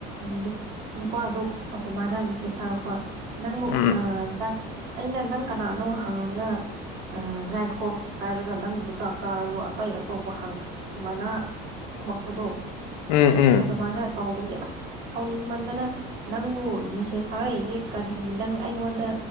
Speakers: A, on the right (about 50°); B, on the left (about 85°).
A: ꯅꯨꯞ ꯅꯨꯄꯥꯗꯣ ꯑꯗꯨꯃꯥꯏꯅ ꯃꯦꯁꯦꯁ ꯊꯥꯔꯛꯄ ꯅꯪꯕꯨ
B: ꯎꯝ
A: ꯑ ꯑꯩꯅ ꯅꯪ ꯀꯅꯥꯅꯣ ꯍꯪꯉꯒ ꯉꯥꯏꯈꯣ ꯍꯥꯏꯔꯒ ꯅꯪꯕꯨ ꯆꯥꯛ ꯆꯥꯔꯕ꯭ꯔꯣ ꯑꯇꯩ ꯑꯇꯣꯞꯄ ꯍꯪ ꯑꯗꯨꯃꯥꯏꯅ ꯈꯨꯝꯃꯛꯄꯗꯣ
B: ꯎꯝ ꯎꯝ
A: ꯑꯗꯨꯃꯥꯏꯅ ꯇꯧꯕꯒꯤ ꯑꯁ ꯁꯥꯎꯅꯤꯡꯃꯟꯗꯅ ꯅꯪꯕꯨ ꯃꯦꯁꯦꯁ ꯊꯥꯔꯛꯏꯁꯦ ꯀꯔꯤ ꯅꯪ ꯑꯩꯉꯣꯟꯗ